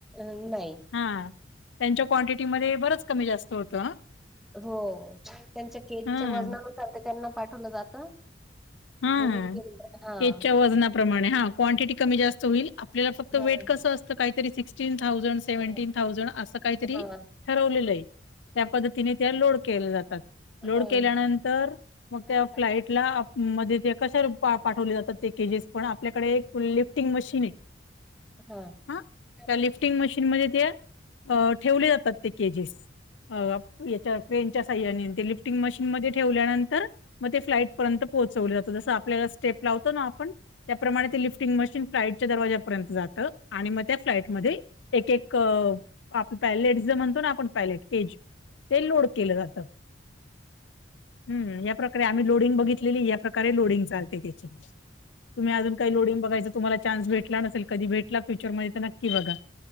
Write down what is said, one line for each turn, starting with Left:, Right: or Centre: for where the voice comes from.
Centre: अ नाही.
Left: हा त्यांच्या क्वांटिटीमध्ये बरंच कमी जास्त होतं.
Centre: हो त्यांच्या केच
Left: हां.
Centre: च्या वजनानुसार ते त्यांना पाठवलं जातं.
Left: हा
Centre: हे मी केलं हा.
Left: केचच्या वजनाप्रमाणे हा क्वांटिटी कमी जास्त होईल. आपल्याला फक्त
Centre: हां.
Left: वेट कसं असतं काहीरी सिक्स्टीन थाउजंड
Centre: हां.
Left: सेव्हन्टीन
Centre: हां.
Left: थाउजंड असं काही तरी
Centre: हां. हां. हां.
Left: ठरवलेलं आहे त्या पद्धती तिने त्या लोड केल्या जातात लोड
Centre: हं.
Left: केल्यानंतर मग
Centre: हां,
Left: त्या
Centre: हां.
Left: फ्लाईटला आप मध्ये ते कशा पाठवले
Centre: हं.
Left: जातात ते केजेस पण आपल्याकडे एक फुल लिफ्टिंग मशीन आहे.
Centre: हां.
Left: हा त्या
Centre: नक्की.
Left: लिफ्टिंग मशीनमध्ये ते ठेवले जातात ते केजेस. या ट्रेनच्या सह्याने लिफ्टिंग मशीनमध्ये ठेवल्यानंतर मग ते फ्लाटपर्यंत ठेवल्या जातात जसं आपल्याला स्टेप लावतो ना आपण त्याप्रमाणे लिफ्टिंग मशीन फ्लाईटच्या दरवाजापर्यंत जात. आणि मग त्या फ्लाइटमध्ये एक-एक आप पॅलेट जे म्हणतो ना आपण पॅलेट केज ते लोड केलं जातं. हम्म या प्रकारे आम्ही लोडिंग बघित या प्रकारे लोडिंग चालती त्याची तुम्ही अजून काही लोडिंग बघायचं तुम्हाला चान्स भेटला नसेल कधी भेटला फ्युचर मध्ये तर नक्की बघा.